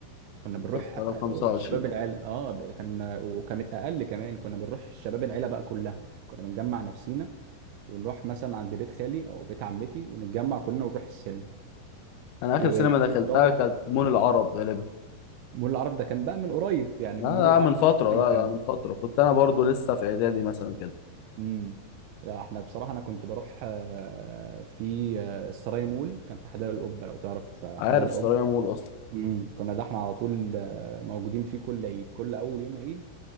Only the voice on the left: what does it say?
التذكره
ب
25
انا اخر
سينما دخلتها كانت مول العرب غالبا
لا
لا
من فتره
لا
لا من فتره كنت انا برضو لسه في اعدادي مثلا كده
عارف
السرايا
مول اصلا